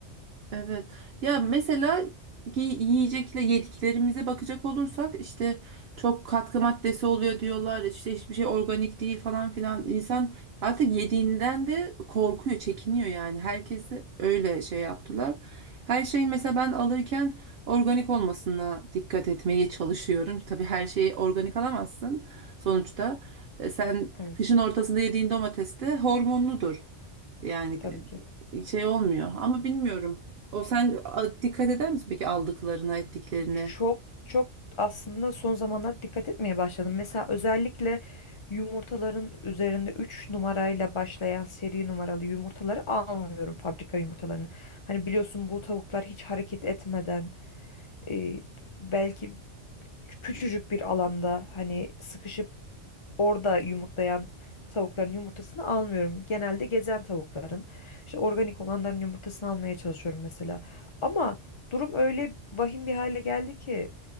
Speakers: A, on the right (about 60°); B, on the left (about 50°).
A: Evet. Ya mesela gi- yiyecekle yediklerimize bakacak olursak işte çok katkı maddesi oluyor diyorlar. işte hiçbir şey organik değil falan filan. insan artık yediğinden de korkuyor, çekiniyor yani. Herkesi öyle şey yaptılar. Her şeyin mesela ben alırken organik olmasına dikkat etmeye çalışıyorum. Tabii her şeyi organik alamazsın sonuçta. E, Sen
B: Evet,
A: kışın ortasında yediğin domates de hormonludur. Yani
B: tabii ki.
A: şey olmuyor ama bilmiyorum. O sen a- dikkat eder misin peki aldıklarına, ettiklerine?
B: Çok çok aslında son zamanlarda dikkat etmeye başladım. Mesela özellikle yumurtaların üzerinde 3 numarayla başlayan seri numaralı yumurtaları almıyorum fabrika yumurtalarını. Hani biliyorsun bu tavuklar hiç hareket etmeden e, belki küçücük bir alanda hani sıkışıp orada yumurtlayan tavukların yumurtasını almıyorum. Genelde gezen tavukların işte organik olanların yumurtasını almaya çalışıyorum mesela. Ama Durum öyle vahim bir hale geldi ki